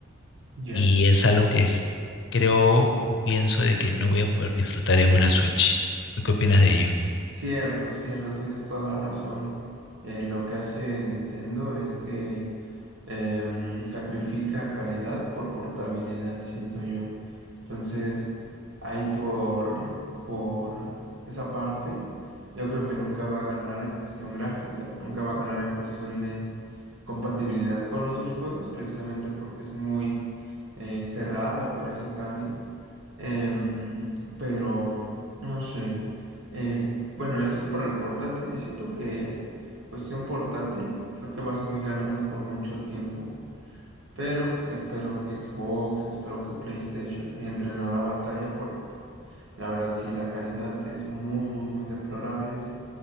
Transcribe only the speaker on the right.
ya.
Cierto, cierto, tienes toda la razón. Eh, lo que hace Nintendo es que em, sacrifica calidad por portabilidad, siento yo. Entonces, ahí por, por esa parte, yo creo que nunca va a ganar en cuestión gráfica, nunca va a ganar en cuestión de compatibilidad con otros juegos, precisamente porque es muy eh, cerrada para ese cambio. Em, pero mm, no sé. Eh, bueno, eso es para el portátil. Y siento que cuestión portátil, creo que va a seguir ganando por mucho tiempo. Pero espero que Xbox, espero que PlayStation entren a la batalla porque la verdad sí, la calidad es muy, muy, muy deplorable en el,